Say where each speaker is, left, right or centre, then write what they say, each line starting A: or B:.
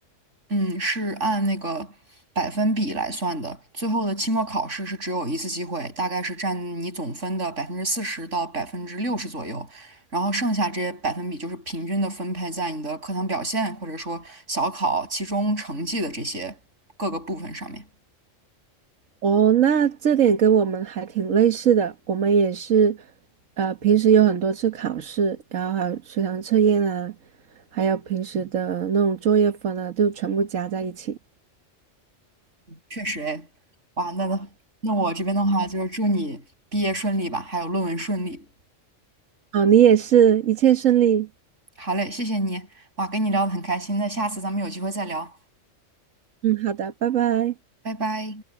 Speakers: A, on the right; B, on the right.
A: 嗯，是按那个百分比来算的。最后的期末考试是只有一次机会，大概是占你总分的百分之四十到百分之六十左右。然后剩下这些百分比就是平均的分配在你的课堂表现，或者说小考、期中成绩的这些各个部分上面。
B: 哦，那这点跟我们还挺类似的，我们也是，呃，平时有很多次考试，然后还有随堂测验啊，还有平时的那种作业分啊，就全部加在一起。
A: 确实哎，哇，那那我这边的话就是祝你毕业顺利吧，还有论文顺利。
B: 哦，你也是，一切顺利。
A: 好嘞，谢谢你，哇，跟你聊得很开心，那下次咱们有机会再聊，
B: 嗯，好的，拜拜。
A: 拜拜。